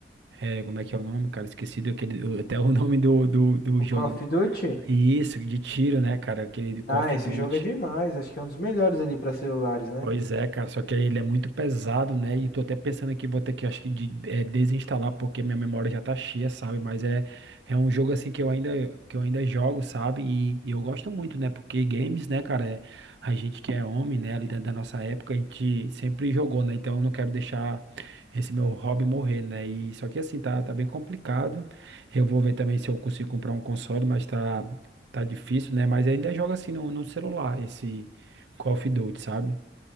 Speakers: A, on the right; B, on the left.
A: É, como é que é o nome, cara? Esqueci daquele, até o <laughs> nome do, do, do
B: O
A: jogo.
B: Call of Duty?
A: Isso, de tiro, né, cara? Aquele Call
B: Ah,
A: of
B: esse
A: Duty.
B: jogo é demais. Acho que é um dos melhores ali para celulares, né?
A: Pois é, cara, só que ele é muito pesado, né? E tô até pensando aqui, vou ter que, acho que, de- eh, desinstalar, porque minha memória já tá cheia, sabe? Mas é, é um jogo, assim, que eu ainda, que eu ainda jogo, sabe? E, e eu gosto muito, né? Porque games, né, cara, é, a gente que é homem, né, ali da, da nossa época, a gente sempre jogou, né? Então eu não quero deixar esse meu hobby morrer, né? E só que, assim, tá, tá bem complicado. Eu vou ver também se eu consigo comprar um console, mas tá, tá difícil, né? Mas ainda jogo, assim, no, no celular, esse Call of Duty, sabe?